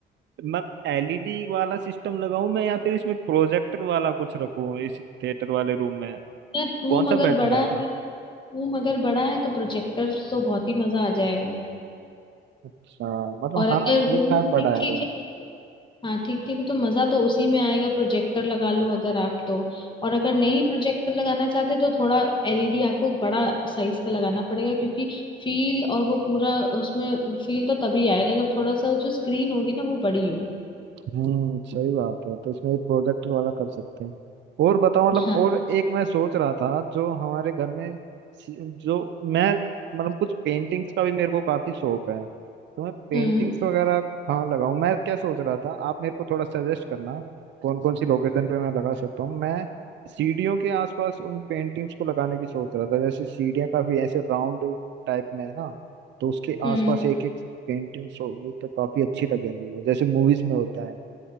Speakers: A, on the right; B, on the left.
A: मैं एलईडी वाला सिस्टम लगाऊं मैं या फिर इसमें प्रोजेक्टर वाला कुछ रखूं इस थिएटर वाले रूम में
B: यार रूम
A: कौन सा
B: अगर
A: बेटर
B: बड़ा
A: रहेगा
B: है रूम अगर बड़ा है तो प्रोजेक्टर तो बहुत ही मजा आ जाएगा
A: अच्छा मतलब
B: और अगर
A: हाँ ठीक
B: रूम
A: ठाक बड़ा
B: ठीक
A: है
B: ठीक
A: रूम
B: है
A: तो
B: हाँ ठीक ठीक तो मजा तो उसी में आएगा प्रोजेक्टर लगा लो अगर आप तो और अगर नहीं प्रोजेक्टर लगाना चाहते तो थोड़ा एलईडी आपको बड़ा साइज का लगाना पड़ेगा क्योंकि फील और वो पूरा उसमें फील तो तभी आएगा जब थोड़ा सा जो स्क्रीन होगी ना वो बड़ी हो
A: हम्म सही बात है तो इसमें प्रोजेक्ट वाला कर सकते हैं और बताओ मतलब
B: हाँ
A: और एक मैं सोच रहा था जो हमारे घर में सी- जो मैं मतलब कुछ पेंटिंग्स का भी मेरे को काफी शौक है तो मैं पेंटिंग्स
B: हम्म
A: वगैरह कहाँ लगाऊं मैं क्या सोच रहा था आप मेरे को थोड़ा सजेस्ट करना कौन कौन सी लोकेशन पे मैं लगा सकता हूँ मैं सीढ़ियों के आसपास उन पेंटिंग्स को लगाने की सोच रहा था जैसे सीढ़ियाँ काफी ऐसे राउंड टाइप में है ना तो उसके आसपास
B: हम्म
A: एक एक पेंटिंग्स होगी तो काफी अच्छी लगेंगी वो, जैसे मूवीज में होता है